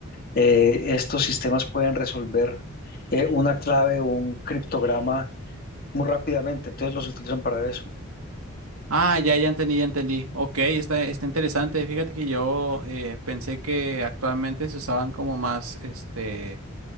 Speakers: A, on the left; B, on the right.
A: eh, estos sistemas pueden resolver eh, una clave o un criptograma muy rápidamente, entonces los utilizan para eso.
B: Ah, ya, ya entendí, ya entendí. Ok, está, está interesante. Fíjate que yo eh, pensé que actualmente se usaban como más, este,